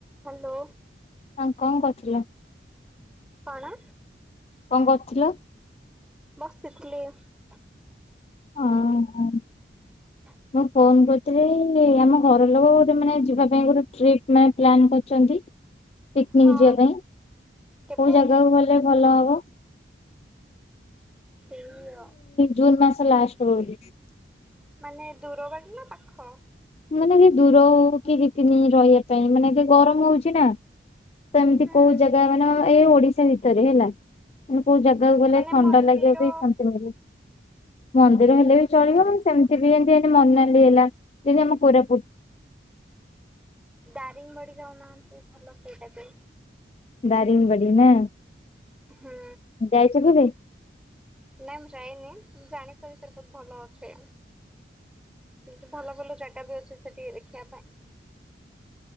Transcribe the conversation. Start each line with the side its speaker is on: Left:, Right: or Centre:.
Centre: Hello.
Left: ଆଁ କଣ କରୁଥିଲ?
Centre: କଣ?
Left: କଣ କରୁଥିଲ?
Centre: ବସିଥିଲି। ହୁଁ।
Left: ହଁ ହଁ।
Centre: ଆ
Left: ମୁଁ ଫୋନ କରିଥିଲି ଆମ ଘର ଲୋକ ଗୋଟେ ମାନେ ଯିବା ପାଇଁ ଗୋଟେ ଟ୍ରିପ୍ ମାନେ ପ୍ଲାନ୍ କରି ପିକନିକ
Centre: ହଁ
Left: ଯିବା ପାଇଁ କୋଉ
Centre: କେବେ
Left: ଜାଗାକୁ ଗଲେ ଭଲ ହବ?
Centre: ଏଇଆ
Left: ଜୁନ୍ ମାସ ଲାଷ୍ଟ ବେଳକୁ।
Centre: ମାନେ ଦୂର ବାଟ ନା ପାଖ?
Left: ମାନେ ଏ ଦୂର ହଉ କି ଦି ତିନି ଦିନି ରହିବା ପାଇଁ ମାନେ ଏ ଗରମ ହଉଛି ନା? ତ ଏମିତି
Centre: ହୁଁ
Left: କୋଉ ଜାଗା ମାନେ ଏଇ ଓଡିଶା ଭିତରେ ହେଲା। କୋଉ ଜାଗାକୁ ଗଲେ
Centre: ମାନେ
Left: ଥଣ୍ଡା
Centre: ମନ୍ଦିର
Left: ଲାଗିବ ବି ଶାନ୍ତି ଲାଗିବ। ମନ୍ଦିର ହେଲେ
Centre: ଓଡିଶା
Left: ବି ଚଳିବ ସେମିତି ବି ମନାଲି ହେଲା ଯେମିତି ଆମ କୋରାପୁଟ।
Centre: ଦାରିଙ୍ଗବାଡି ଯାଉନାହାନ୍ତି ଭଲ ସେଇଟା ବି।
Left: ଦାରିଙ୍ଗବାଡ଼ି ନା।
Centre: ହୁଁ।
Left: ଯାଇଥିଲୁ କି?
Centre: ନାଇଁ ମୁଁ ଯାଇନି ଜାଣି ପିବି ସାର ବହୁତ ଭଲ ଅଛେ।। କିନ୍ତୁ ଭଲ ଭଲ ଜାଗା ବି ଅଛି ସେଠିକି ଦେଖିବା ପାଇଁ।